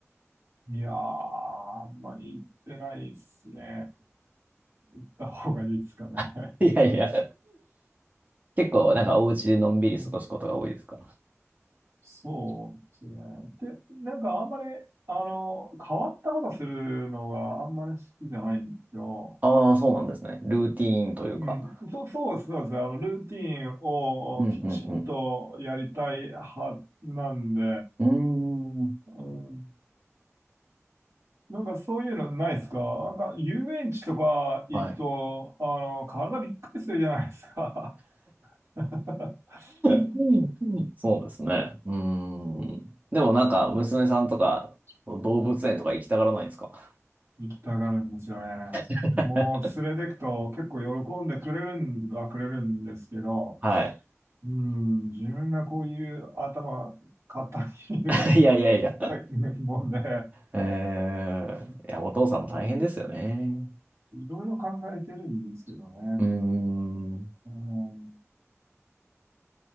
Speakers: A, on the right; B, on the right.
A: いやー、あんまり行ってないっすね。行った方がいいですかね。
B: <laughs> いやいや。結構、
A: うん
B: なんか、お家でのんびり過ごすことが多いですか
A: うんそうですね。で、なんかあんまり、あの、変わったことするのがあんまり好きじゃないんですよ。
B: ああー、そうなんですね。ルーティーンというか。
A: うん、そ、そうです、そうです。あの、ルーティンをきちんとやりたい派なんで、
B: うん、うん、うん。うーん、
A: うん、なんかそういうのないですかなんか遊園地とか行くと、
B: はい。
A: あの、体びっくりするじゃないですか。<laughs> うん
B: <laughs> そうですね。うーん。
A: そ
B: でもなんか、
A: う、まうん
B: 娘さんとか、動物園とか行きたがらないんですか
A: うん行きたがるんですよね。
B: <laughs>
A: もう連れてくと結構喜んでくれるんはくれるんですけど、
B: はい。
A: うん、自分がこういう頭、硬い
B: <laughs> いやいやいや。
A: <laughs> もんで、
B: えー、いや、お父さんも大変ですよね。
A: うん、いろいろ考えてるんですけどね。
B: うーん。
A: うん、